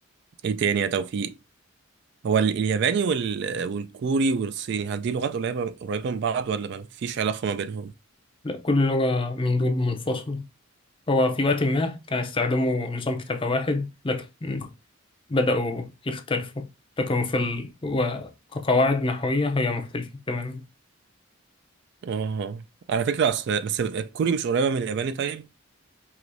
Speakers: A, on the right (about 55°); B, on the left (about 25°).
A: ايه تاني يا توفيق هو ال- الياباني وال... والكوري والصيني هل دي لغات قريبة قريبة من بعض ولا ما فيش علاقة ما بينهم؟
B: لا كل لغة من دول منفصلة هو في وقت ما كان يستخدموا نظام كتابة واحد لكن بدأوا يختلفوا لكن في ال... و- كقواعد نحوية هي مختلفة تماما
A: اه على فكرة أصل بس الكوري مش قريبة من الياباني طيب؟